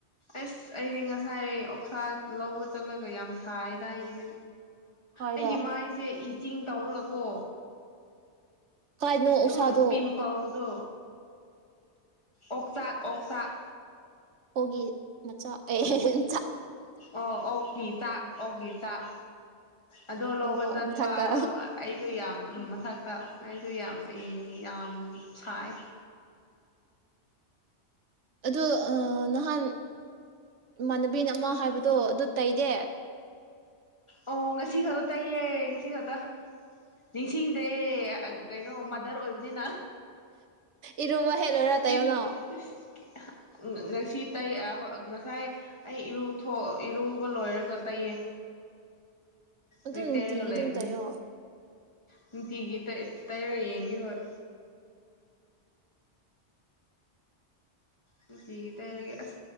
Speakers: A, on the left; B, on the right.
A: ꯑꯁ ꯑꯩꯗꯤ ꯉꯁꯥꯏ ꯑꯣꯛꯁꯥ ꯂꯧꯕ ꯆꯠꯂꯒ ꯌꯥꯝ ꯁꯥꯏꯗꯥ ꯑꯩꯗꯤ꯫
B: ꯀꯥꯏꯗ
A: ꯑꯩꯒꯤ ꯃꯥꯏꯁꯦ ꯏ ꯇꯤꯡ ꯇꯧꯔꯒꯀꯣ
B: ꯀꯥꯏꯗꯅꯣ
A: ꯗꯨꯝ
B: ꯎꯁꯥꯗꯣ
A: ꯄꯤꯝꯄꯜꯗꯣ ꯑꯣꯛꯆꯥꯛ ꯑꯣꯛꯆꯥꯛ
B: ꯑꯣꯒꯤ ꯃꯆꯥ ꯑꯍꯦꯟ
A: ꯑꯣ ꯑꯣꯛꯀꯤ ꯆꯥꯛ ꯑꯣꯛꯀꯤ ꯆꯥꯛ ꯑꯗꯣ ꯂꯧꯕ
B: ꯑꯣ
A: ꯆꯠꯄ
B: ꯃꯊꯛꯇ
A: ꯑꯗꯣ ꯑꯩꯁꯨ ꯌꯥꯝ ꯃꯊꯛ ꯇ ꯑꯩꯗꯨ ꯌꯥꯝ ꯌꯥꯝ ꯁꯥꯏ
B: ꯑꯗꯨ ꯑꯥ ꯅꯥꯍꯟ ꯏꯃꯥꯟꯅꯕꯤꯅꯥ ꯑꯃ ꯍꯥꯏꯕꯗꯣ ꯑꯗꯨ ꯇꯩꯗꯦ
A: ꯑꯣ ꯉꯁꯤ ꯈꯇꯥ ꯇꯩꯌꯦ ꯉꯁꯤ ꯈꯇꯥ ꯅꯤꯡꯁꯤꯡꯗꯦ ꯀꯩꯅꯣ ꯃꯥꯗꯔ ꯑꯣꯏꯕꯅꯤꯅ
B: ꯏꯔꯨꯕ ꯍꯦꯛ ꯂꯣꯏꯔ
A: ꯏꯁꯀꯤꯟ
B: ꯇꯩꯌꯣꯅ
A: ꯏꯁ ꯉꯁꯤ ꯇꯩ ꯍꯥ ꯉꯁꯥꯏ ꯑꯩ ꯏꯔꯨꯊꯣꯛ ꯏꯔꯨꯕ ꯂꯣꯏꯔꯒ ꯇꯩꯌꯦ
B: ꯑꯗꯨꯝ
A: ꯂꯣꯏ
B: ꯅꯨꯡꯇꯤꯒꯤ
A: ꯇꯩꯔꯒ
B: ꯑꯗꯨꯝ
A: ꯂꯩꯕꯅꯦ
B: ꯇꯩꯌꯣ
A: ꯅꯨꯡꯇꯤꯒꯤ ꯇꯩ ꯇꯩꯔꯒ ꯌꯦꯡꯒꯦ ꯍꯣꯏ ꯅꯨꯡꯇꯤꯒꯤ ꯇꯩꯔꯒ ꯑꯁ